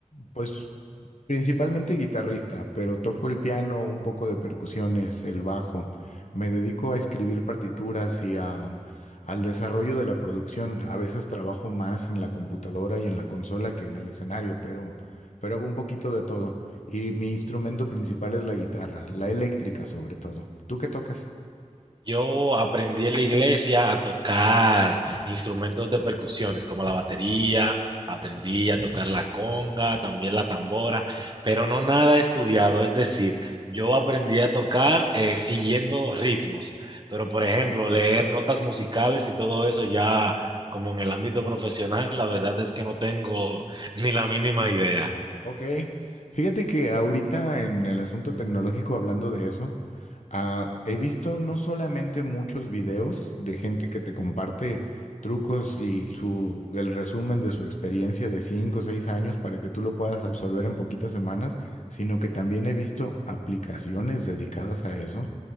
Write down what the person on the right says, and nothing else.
Yo aprendí en la iglesia a tocar instrumentos de percusiones como la batería, aprendí a tocar la conga, también la tambora, pero no nada estudiado, es decir, yo aprendí a tocar eh, siguiendo ritmos, pero por ejemplo, leer notas musicales y todo eso ya como en el ámbito profesional, la verdad es que no tengo <laughs> ni la mínima idea.